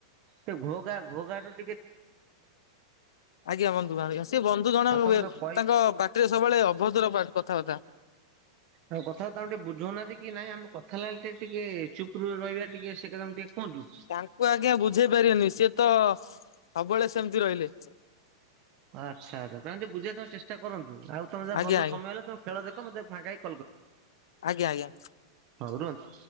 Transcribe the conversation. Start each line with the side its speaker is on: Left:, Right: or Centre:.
Right: ସେ ଘୋଗା ଘୋଗା ତ
Left: ଆଜ୍ଞା ବନ୍ଧୁ ସେ ବନ୍ଧୁ ଜଣ
Right: ଆଉ
Left: ହୁଏ
Right: ତମେ ତାକୁ କହି
Left: ତାଙ୍କ ବା ଟିରେ ସବୁବେଳେ ଅଭଦ୍ର କଥାବାର୍ତ୍ତା।
Right: ତମ କଥା ତମେ ଟିକେ ବୁଝଉନାହାନ୍ତି କି ନାଇଁ ଆମେ କଥା ଲାଗିଲେ ଟିକେ ଟିକେ ଚୁପ ରହିବା ଟିକେ ସେ କଥା ଟିକେ କୁହନ୍ତୁ।
Left: ତାଙ୍କୁ ଆଜ୍ଞା ବୁଝେଇ ପାରିବେନି ସିଏ ତ ସବୁବେଳେ ସେମିତି ରହିଲେ।
Right: ଆଚ୍ଛା ଆଚ୍ଛା ତାଙ୍କୁ ଟିକେ ବୁଝେଇ ତମେ ଚେଷ୍ଟ କରନ୍ତୁ ଆଉ ତମ ଯାହା
Left: ଆଜ୍ଞା
Right: ବନ୍ଧୁ
Left: ଆଜ୍ଞା
Right: ସମୟ ହେଲେ ତମେ ଖେଳ ଦେଖ ମୋଟେ ଫାଙ୍କା ହେଇ
Left: ଆଜ୍ଞା ଆଜ୍ଞା
Right: ହଉ ରୁହନ୍ତୁ।